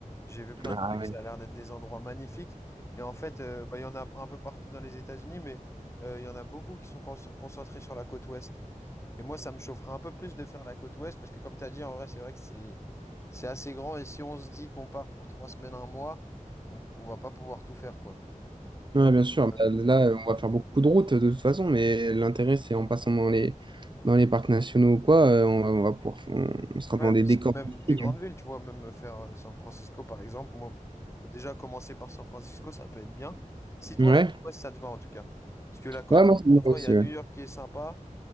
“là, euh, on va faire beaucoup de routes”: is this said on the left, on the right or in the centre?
Right